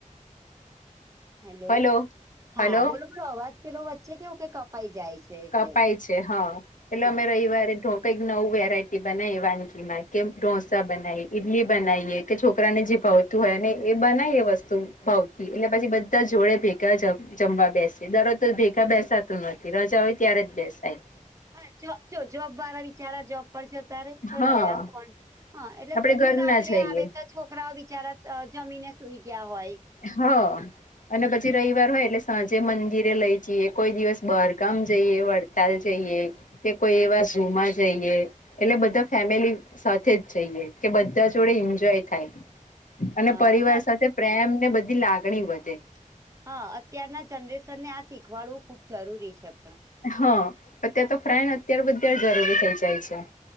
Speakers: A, on the right; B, on the left.
A: Hello
B: hello હલો
A: હા બોલો બોલો અવાજ પેલો વચ્ચે કેવું કે કપાઈ જાય છે એટલે
B: કપાય છે, હ એટલે
A: હા
B: અમે રવિવારે ઠો કંઈક નવું વેરાયટી બનાવી વાનગી માં કે ઢોસા બનાવી ઇડલી બનાવીએ કે છોકરાને જે ભાવતું હોય અને બનાય એ વસ્તુ ભાવતી એટલે પછી બધા જોડે ભે ગા જમવા બેસે દરરોજ ભેગા બેસાતું નથી રજા હોય ત્યારે જ બેસાય
A: હા જો જો જોબ વાળા વિચારા જોબ પર રેય તો
B: હા
A: રહ્યા કોણ હ
B: આપડે ઘરના
A: ને રાત્રે
B: જઈએ
A: આવે તો છોકરાઓ બિચારા અ જમીને સુઈ ગયા હોય
B: હ. અને પછી રયવાર હોય એટલે સાંજે મંદિરે લઈ જીએ કોય દિવસ બહારગામ જઈએ વળ તાલ જઈએ કે કોઈ એવા ઝૂમાં જઈએ એટલે બધા ફેમિલી સાથે જ જઈએ કે બધા જોડે એન્જોય થાય અને
A: હા
B: પરિવાર
A: ને
B: સાથે પ્રેમ ને બધી લાગણી વધે
A: હ અત્યારના જનરેશનને આ શીખવાડવું ખૂબ જરૂરી છે, પણ
B: હ અત્યાં તો ફ્રાયન અત્યારે બધ જરૂરી થઈ જાય છે.